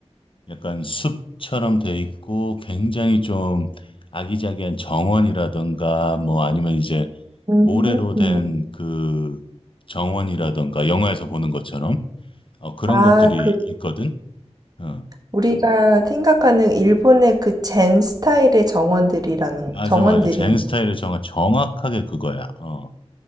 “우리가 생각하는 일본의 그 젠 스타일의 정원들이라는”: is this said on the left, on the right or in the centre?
Right